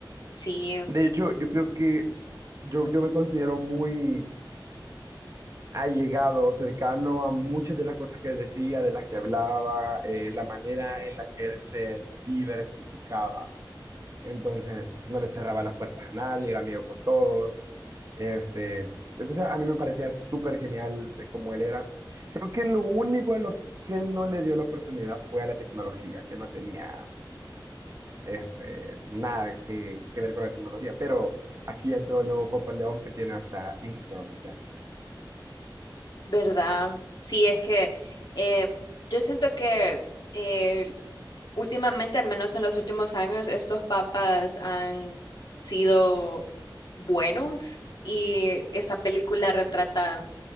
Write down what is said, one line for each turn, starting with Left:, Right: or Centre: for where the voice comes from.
Left: Sí,
Right: De hecho, yo creo que s- yo, yo me considero muy allegado, cercano a muchas de las cosas que decía, de las que hablaba, eh, la manera en la que él se diversificaba. Entonces, no le cerraba las puertas a nadie, era amigo con todos. Este, entonces, a mí me parecía súper genial eh, como él era. Creo que lo único a lo que él no le dio la oportunidad fue a la tecnología, que no tenía este, nada que, que ver con la tecnología. Pero aquí entró el nuevo Papa León que tiene hasta Instagram ya.
Left: ¿verdad? Sí, es que eh, yo siento que eh, últimamente, al menos en los últimos años, estos papas han sido buenos y esta película retrata